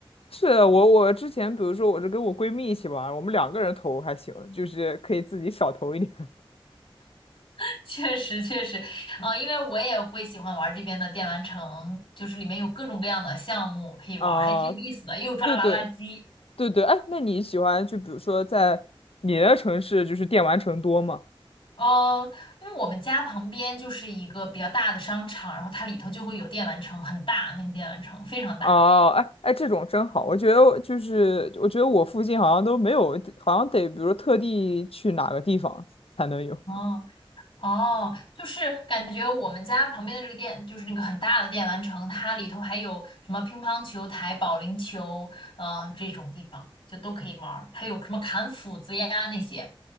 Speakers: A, on the left; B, on the left.
A: 是的我我之前比如说我是跟我闺蜜一起玩儿我们两个人投还行，就是可以自己少投一点
B: <laughs> 确实确实，啊、因为我也会喜欢玩这边的电玩城，就是里面有各种各样的项目可以玩，
A: <laughs> 啊。
B: 还挺有意思的，又抓娃娃机，
A: 对对对对，哎，那你喜欢就比如说在你的城市就是电玩城多吗？
B: 呃，因为我们家旁边就是一个比较大的商场，然后它里头就会有电玩城，很大，那个电玩城非常大，
A: 哦，哎哎，这种真好，我觉得就是我觉得我附近好像都没有，好像得比如特地去哪个地方才能有。
B: 哦，哦，就是感觉我们家旁边的这个店，就是那个很大的电玩城，它里头还有什么乒乓球台、保龄球，呃，这种地方就都可以玩儿，还有什么砍斧子呀那些。